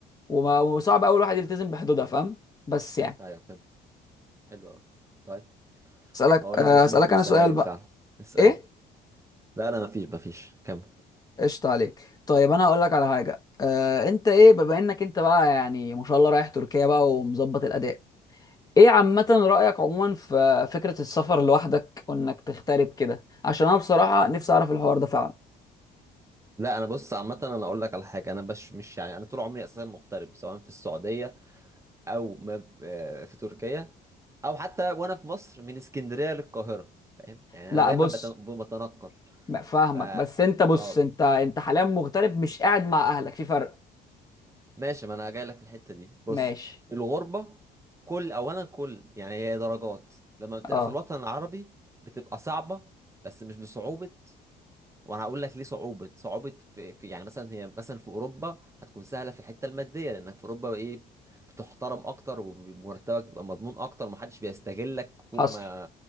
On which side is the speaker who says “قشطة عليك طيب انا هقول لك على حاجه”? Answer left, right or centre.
Left